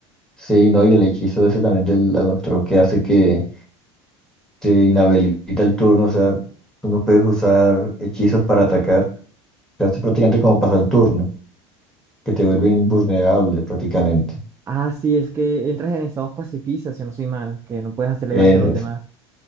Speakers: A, in the centre; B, on the right.
A: sí, no, y el hechizo ese también del la neutró que hace que te inhabilita el turno, o sea, tú no puedes usar hechizos para atacar, te hace prácticamente como pasar el turno, que te vuelve invulnerable prácticamente.
B: Ah, sí, es que entras en estados pacifistas, si no soy mal, que no puedes hacerle
A: Es,
B: daño a los demás.